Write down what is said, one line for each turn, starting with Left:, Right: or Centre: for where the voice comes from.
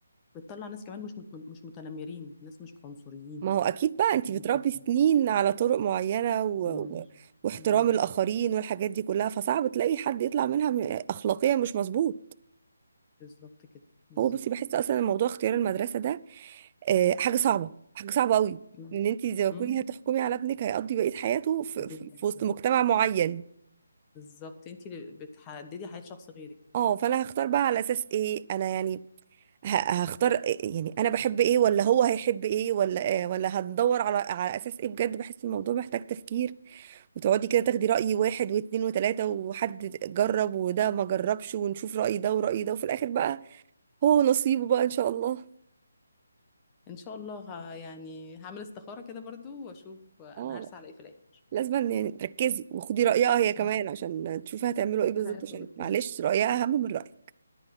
Left: بتطلع ناس كمان مش مت- مش متنمرين ناس مش عنصريين
Right: ما هو اكيد بقى انت
Left: دي
Right: بتربي
Left: الفكره
Right: سنين على طرق معينه و...
Left: امم
Right: و... واحترام
Left: أمم.
Right: الاخرين والحاجات دي كلها فصعب تلاقي حد يطلع منها م... اخلاقيا مش مظبوط
Left: بالظبط كده بالظبط
Right: هو بصي بحس اصلا الموضوع اختيار المدرسه ده آه، حاجه صعبه حاجه صعبه قوي
Left: أمم.
Right: ان انت زي ما
Left: أمم.
Right: تكوني هتحكمي على ابنك هيقضي بقيه حياته في,
Left: بالظبط
Right: في... في وسط مجتمع معين
Left: بالظبط انت اللي بتحددي حياه شخص غيرك
Right: اه فانا هختار بقى على اساس ايه انا يعني ه- هختار إيه- يعني انا بحب ايه ولا هو هيحب ايه ولا إيه ولا هندور على على اساس ايه بجد بحس الموضوع محتاج تفكير وتقعدي كده تاخدي رأي واحد واتنين وتلاتة وحد جرب وده ما جربش ونشوف رأي ده ورأي ده وفي الاخر بقى هو نصيبه بقى ان شاء الله
Left: ان شاء الله ه... يعني هعمل استخارة كده برضو واشوف انا
Right: اه
Left: هرسى على ايه في الاخر
Right: لازم يعني تركزي وخدي رأيها هي كمان
Left: اه
Right: عشان تشوفي هتعملوا ايه بالظبط
Left: هياخد
Right: عشان
Left: اختيار
Right: معلش رأيها اهم من رأيك